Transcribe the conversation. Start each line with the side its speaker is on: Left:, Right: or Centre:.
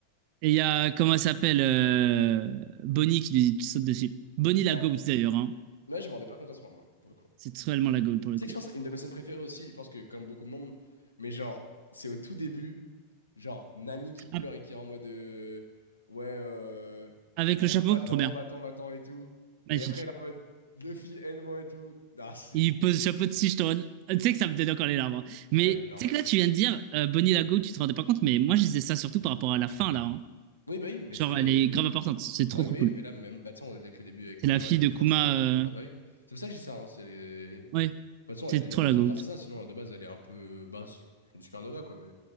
Right: Et il y a, comment elle s'appelle euh, Bonnie qui lui saute dessus. Bonnie la
Left: Ouais.
Right: goat d'ailleurs, hein.
Left: Moi, je me rendais pas compte à ce moment, pour le coup.
Right: C'est totalement la goat pour le
Left: Tu sais
Right: coup.
Left: que je pense, une de mes scènes préférées aussi, je pense que comme beaucoup de monde, mais genre, c'est au tout début, genre, Nami qui pleure
Right: Ah,
Left: et qui est en mode, euh, ouais, euh,
Right: Avec
Left: genre,
Right: le chapeau,
Left: va-t'en,
Right: trop bien.
Left: va-t'en, va-t'en et tout.
Right: Magnifique.
Left: Et après, elle est en mode, Luffy, aide-moi et tout. Ah, c'est.
Right: Il pose le chapeau de Stone. Tu sais que ça me donne encore les larmes. hein. Mais
Left: Ah oui, normal.
Right: tu sais que là, tu viens de dire euh, Bonnie Lago, tu te rendais pas compte, mais moi, je disais ça surtout par rapport à la fin, là. hein.
Left: Oui, bah oui, mais
Right: Genre,
Left: c'est.
Right: elle est grave importante. C'est trop,
Left: Ah oui,
Right: trop
Left: mais,
Right: cool.
Left: oui, mais là, même, bah, tu sais, on- avec le début avec
Right: C'est
Left: Kuma
Right: la fille
Left: et
Right: de
Left: tout,
Right: Kuma.
Left: forcément.
Right: euh,
Left: hein. Ah bah oui. C'est pour ça que je dis ça. Hein, c'est... De
Right: Ouais,
Left: toute façon,
Right: c'est
Left: elle est devenue
Right: trop
Left: importante
Right: la GOAT.
Left: grâce à ça. Sinon, de base, elle est un peu. basse c'est une supernova, quoi. Mais.